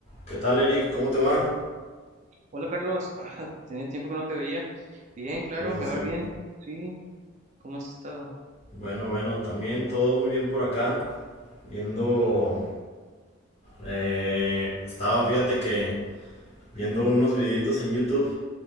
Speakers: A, on the left; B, on the right.
A: ¿Qué tal, Eric? ¿Cómo te va?
B: Hola Carlos, ah, tenía tiempo que no te veía. Bien, claro,
A: Sí, sí,
B: me
A: sí.
B: va bien. Sí, ¿cómo has estado?
A: Bueno, bueno, también todo muy bien por acá. Viendo... eh, estaba, fíjate que viendo unos videitos en YouTube